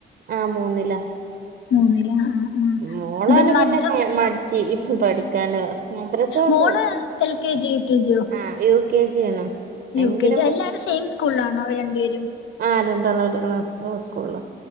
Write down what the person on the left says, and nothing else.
മൂന്നില് ആഹ് ആഹ്
മദ്രസ്
മോള് L K G U K ജിയോ
യു കെ ജി എല്ലാവരും സെയിം സ്കൂളിലാണോ അവ രണ്ടുപേരും